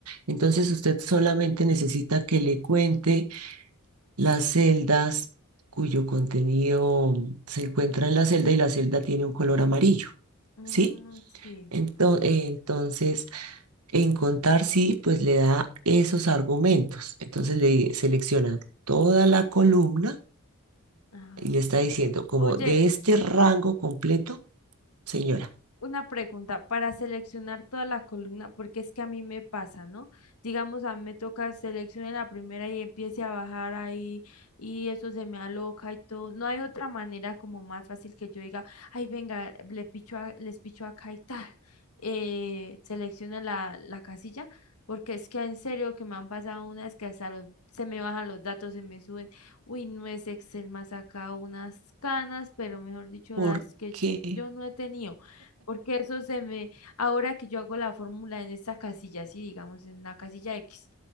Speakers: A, on the right; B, on the left.
A: Entonces usted solamente necesita que le cuente las celdas cuyo contenido se encuentra en la celda y la celda tiene un color amarillo,
B: Mm,
A: ¿sí?
B: sí.
A: Ento- eh, entonces, en contar sí, pues le da esos argumentos. Entonces le selecciona toda la columna
B: Ah,
A: y le
B: ok.
A: está diciendo, como
B: Oye,
A: de este rango completo, señora,
B: Una pregunta para seleccionar toda la columna, porque es que a mí me pasa, ¿no? Digamos, a mí me toca seleccionar la primera y empiece a bajar ahí y eso se me aloca y todo. No hay otra manera como más fácil que yo diga, ay, venga, le picho a- les picho acá y tal. Eh, selecciona la, la casilla, porque es que en serio que me han pasado unas que hasta los- se me bajan los datos, se me suben. Uy, no es Excel, más acá unas canas, pero mejor dicho,
A: ¿por
B: las que
A: qué
B: yo no he tenido. Porque eso se me, ahora que yo hago la fórmula en esta casilla, sí, digamos en la casilla X,